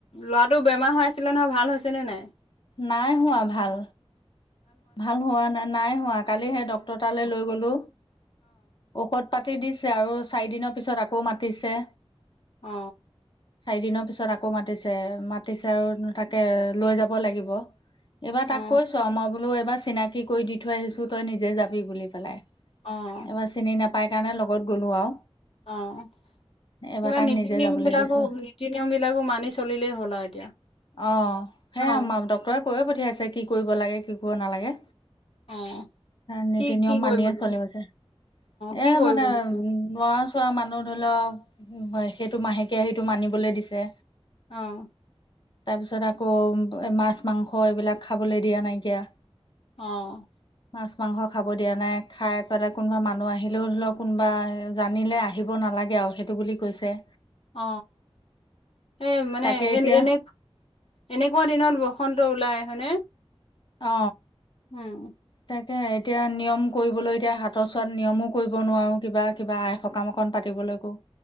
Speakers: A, on the left; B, on the left.
A: ল'ৰাটো বেমাৰ হৈ আছিলে নহয়, ভাল হৈছে নে নাই?
B: নাই হোৱা ভাল। ভাল হোৱা নাই নাই হোৱা কালিহে ডাক্তৰৰ তালৈ
A: অ',
B: লৈ গলো ঔষধ পাতি দিছে আৰু চাৰি দিনৰ পিছত আকৌ মাতিছে
A: অ
B: চাৰি দিনৰ পিছত আকৌ মাতিছে, মাতিছে আৰু তাকে লৈ যাব লাগিব। এইবাৰ
A: অ',
B: তাক কৈছো মই বোলো এইবাৰ চিনাকি কৰি দি থৈ আহিছোঁ তই নিজে যাবি বুলি পেলাই।
A: আহ
B: এবাৰ চিনি নাপাই কাৰণে লগত গ'লো আৰু
A: আহ
B: এবাৰ
A: কিবা
B: তাক
A: নীতি
B: নিজে
A: নিয়ম
B: যাবলৈ
A: বিলাকো,
B: দিছো
A: নীতি নিয়ম বিলাকো মানি চলিলেই হ'ল আৰু এতিয়া।
B: অ সেয়া
A: অ',
B: আমাক ডক্টোৰে কৈয়ে পঠিয়াইছে, কি কৰিব লাগে, কি কৰিব নালাগে।
A: অ',
B: নীতি
A: কি
B: নিয়ম
A: কি কৰিব
B: মানিয়ে
A: অ',
B: চলি আছে।
A: কি
B: এ
A: কৰিব
B: মানে
A: দিছে?
B: উ লোৱা চোৱা মানে মানহ ধৰি লওক সেইটো মাহেকীয়া সেইটো মানিবলৈ দিছে।
A: আহ
B: তাৰ পিছত আকৌ মাছ- মাংস এইবিলাক খাবলৈ দিয়া নাইকিয়া।
A: আহ
B: মাছ মাংস খাব দিয়া নাই, খাই পেলাই কোনোবা মানুহ আহিলেও ধৰি লওক কোনোবা জানিলে আহিব ন নালাগে আৰু সেইটো বুলি কৈছে।
A: অ সেই মানে
B: তাকে এতিয়া
A: এনে এনে এনেকুৱা দিনত বসন্ত ওলাই। হয়নে?
B: অ
A: উম
B: তাকে এতিয়া নিয়ম কৰিবলৈ, এতিয়া হাতৰ চোৱাত নিয়মো কৰিব নোৱাৰোঁ কিবা কিবা আই সকাম অকণ পাতিবলৈকো